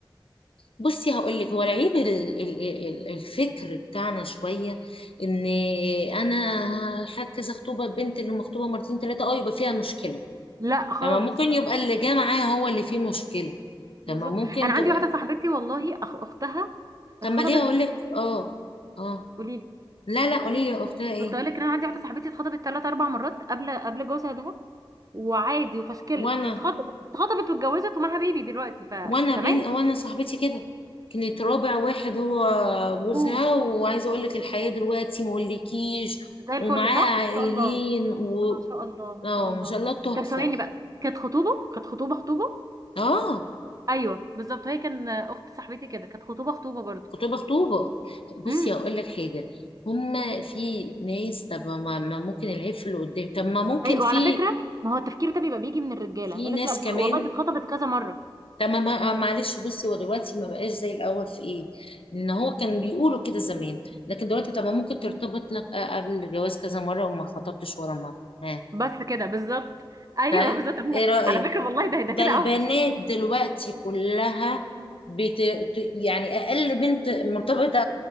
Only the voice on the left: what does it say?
بصي هقول لك هو العيب ال- ال- ال- الفكر بتاعنا شويه ان انا ح- كذا خطوبه البنت اللي مخطوبه مرتين ثلاثه اه يبقى فيها مشكله
تمام ممكن يبقى اللي جه معاها هو اللي فيه مشكله تمام
ممكن
تبقى
طب
ما ليه اقول لك اه اه
لا لا قولي لي يا اختها ايه
وانا
وانا بين وانا صاحبتي كده كانت رابع واحد هو جوزها
وعايزه اقول لك الحياه دلوقتي مقولكيش
ومعاها
عائلين
و...
اه
ما شاء الله تحفة
اه
خطوبة خطوبة بصي
هقول لك حاجة هما في ناس طب ما ما ممكن العيب في اللي قدام طب ما ممكن
في
في
ناس
كمان
طب ما ما- معلش بصي هو دلوقتي ما بقاش زي الأول في ايه ان هو كان بيقولوا كده زمان لكن دلوقتي طب ما ممكن ترتبط لك آه، قبل الجواز كذا مرة وما خطبتش ولا مرة ها
طيب
ايه
رأيك
ده
البنات
دلوقتي كلها بت... ت- يعني اقل بنت مرتبطه